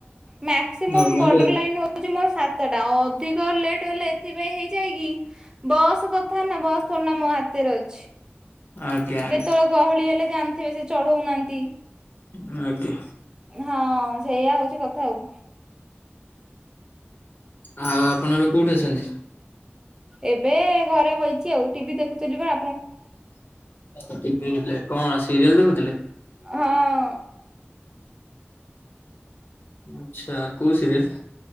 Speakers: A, on the right; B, on the left.
A: ମ୍ୟାକ୍ସିମମ୍
B: ନର୍ମାଲି
A: ବର୍ଡର
B: ଆଉ।
A: ଲାଇନ ହୋ। ହଉଚି ମୋ ସାତଟା ଅଧିକ ଲେଟ୍ ହେଲେ ଏଥିପାଇଁ ହେଇଯାଇ କିି ବସ୍ କଥା ନା ବସ୍ ଥୋଡିନା ମୋ ହାତରେ ଅଛି।
B: ଆଜ୍ଞା ଆଜ୍ଞା
A: କେତେବେଳେ ଗହଳି ହେଲେ ଜାଣିଥିବେ ସେ ଚଢଉନାହାନ୍ତି।
B: ହଁ ଆଜ୍ଞା।
A: ହଁ ସେଇଆ ହଉଛି କଥା ଆଉ
B: ଆଉ ଆପଣ ଏବେ କୋଉଠି ଅଛନ୍ତି?
A: ଏବେ ଘରେ ବଇଚି ଆଉ ଟିଭି ଦେଖୁଥିଲି ପା
B: ଟିଭି ଦେଖୁଥିଲେ କଣ ସିରିଏଲ ଦେଖୁଥିଲେ।
A: ହଁ।
B: ଆଚ୍ଛା କୋଉ ସିରିଏଲେ।